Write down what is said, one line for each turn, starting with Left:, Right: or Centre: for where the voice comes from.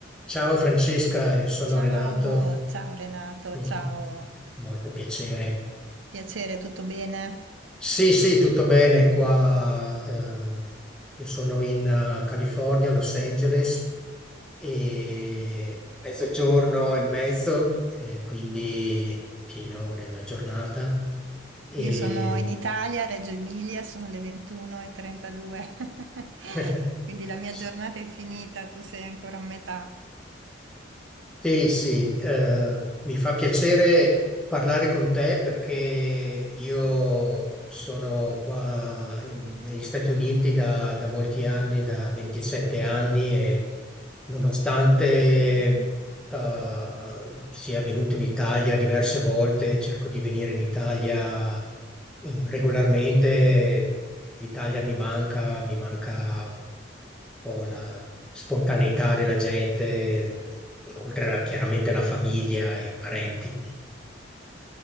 Centre: Ciao Francesca, io sono
Right: Ciao,
Centre: Renato,
Right: ciao Renato,
Centre: <laughs>
Right: ciao,
Centre: molto piacere.
Right: piacere, tutto bene?
Centre: Sì, sì, tutto bene qua. eh, io sono in eh, California, Los Angeles, e mezzogiorno e mezzo, eh, quindi fino della giornata. E
Right: Io sono in Italia, Reggio Emilia, sono le 21.32, <laughs>
Centre: <laughs>
Right: quindi la mia
Centre: sì,
Right: giornata è finita, tu sei ancora a metà.
Centre: Sì, sì, eh, mi fa piacere parlare con te perché io sono qua in- negli Stati Uniti da, da molti anni, da 27 anni e nonostante eh, sia venuto in Italia diverse volte, cerco di venire in Italia eh, regolarmente, l'Italia mi manca, mi manca un po' la spontaneità della gente oltre a, chiaramente alla famiglia e i parenti.